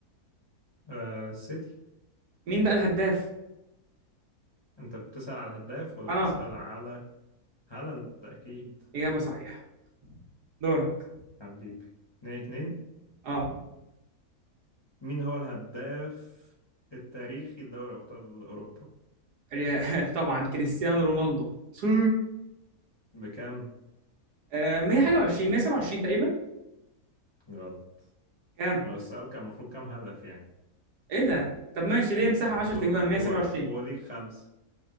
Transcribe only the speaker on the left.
آه سيتي
أنت بتسأل على الهداف ولا
بتسأل على هالاند أكيد
حبيبي اتنين اتنين
مين هو الهداف التاريخي لدوري أبطال أوروبا
بكام
غلط
هو السؤال كان المفروض كام هدف يعني
و...
و... وليه خمسة